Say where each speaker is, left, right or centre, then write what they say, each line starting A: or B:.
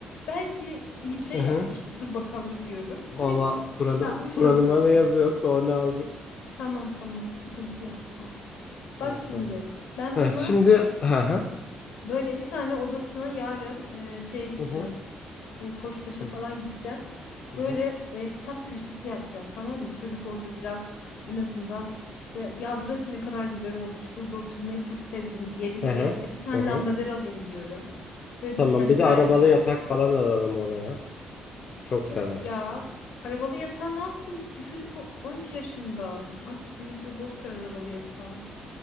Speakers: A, on the left; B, on the left.
A: Belki iyi bir şey
B: Hı hı.
A: yapmıştır. Dur bakalım diyorum.
B: Valla
A: Ve
B: Kur'an,
A: yapmış
B: Kur'an'ıma
A: oluyorsun.
B: ne yazıyorsa onu aldım.
A: Tamam tamam sıkıntı yapma. Bak
B: Evet,
A: şimdi
B: tamam.
A: ben
B: Heh,
A: buna
B: şimdi Hı hı.
A: Böyle bir tane odasına yarın e, şeye gideceğim.
B: Hı hı.
A: Bu Koçtaş'a
B: Hı
A: falan
B: hı.
A: gideceğim.
B: Hı
A: Böyle
B: hı.
A: e, kitap köşesi yapacağım tamam mı? Çocuk orada biraz en azından işte ya burası ne kadar güzel olmuş. Burada oturmayı çok sevdim diyebileceği
B: Hı hı.
A: işte bir tane
B: Hı hı.
A: lambader alayım diyorum. Böyle
B: Tamam
A: bir tane
B: bir de
A: berjer.
B: arabalı yatak falan alalım oraya. Çok
A: Yok
B: sever.
A: ya arabalı yatağı ne yapsın? Bu çocuk o- 13 yaşında. Artık büyüdü. Boş ver arabalı yatağı.